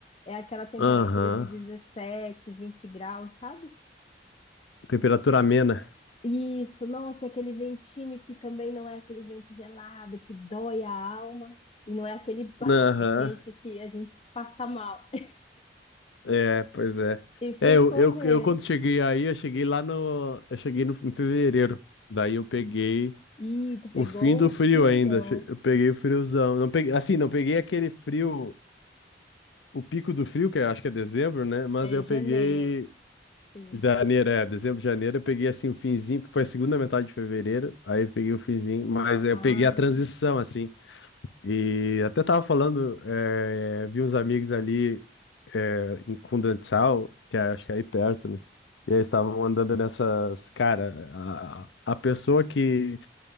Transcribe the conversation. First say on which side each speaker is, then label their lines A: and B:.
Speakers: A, on the left (about 30°); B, on the left (about 80°).
A: É aquela temperatura
B: Aham.
A: de 17, 20 graus, sabe?
B: Temperatura amena.
A: Isso, nossa, e aquele ventinho que também não é aquele vento gelado que dói a alma e não é aquele <laughs> bafo
B: Aham.
A: quente que a gente passa mal. <laughs>
B: É, pois é.
A: E
B: É,
A: fui
B: eu,
A: correr.
B: eu, eu quando cheguei aí, eu cheguei lá no. Eu cheguei no, em fevereiro. Daí eu peguei.
A: Ih, tu pegou
B: O fim do frio
A: o friozão.
B: ainda. Che- Eu peguei o friozão. Não peguei, assim, não peguei aquele frio, o pico do frio, que eu acho que é dezembro, né? Mas
A: É
B: eu
A: janeiro,
B: peguei
A: sim.
B: janeiro, é, dezembro, janeiro, eu peguei assim o finzinho, que foi a segunda metade de fevereiro. Aí eu peguei o finzinho, mas eu
A: Ah,
B: peguei a transição, assim. E até tava falando, é, vi uns amigos ali é, em Kundanzau, que é, acho que é aí perto, né? E aí eles estavam andando nessas, cara, a, a pessoa que